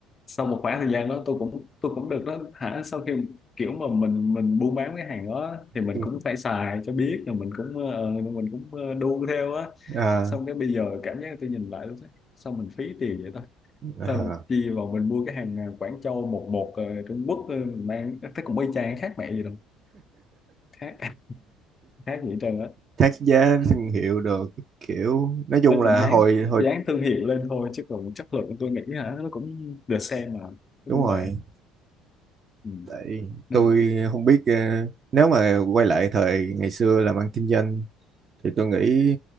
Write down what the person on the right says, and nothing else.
Ừ.
Ờ,
ờ.
thác giá thương hiệu được kiểu nói chung
là
hồi hồi
đúng
rồi
tại
tôi không biết ờ, nếu mà quay lại thời ngày xưa làm ăn kinh doanh thì tôi nghĩ